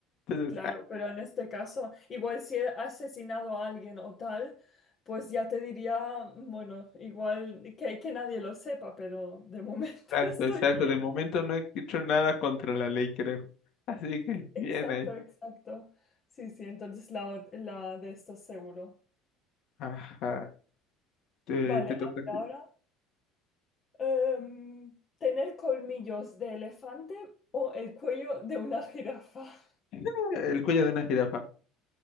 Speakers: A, on the left (about 50°); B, on the left (about 25°).
A: Entonces,
B: Claro,
A: ah,
B: pero en este caso, igual si he asesinado a alguien o tal, pues ya te diría, mm, bueno, igual que, que nadie lo sepa, pero de momento
A: exacto,
B: <laughs> estoy
A: exacto.
B: bien.
A: De momento no he hecho nada contra la ley, creo. Así que, bien
B: Exacto,
A: ahí.
B: exacto. Sí, sí, entonces la, ot- la de esto seguro.
A: Ajá, te,
B: Vale,
A: te toca.
B: habla ahora. Em, ¿tener colmillos de elefante o el cuello de una jirafa? <laughs>
A: <laughs> El cuello de una jirafa.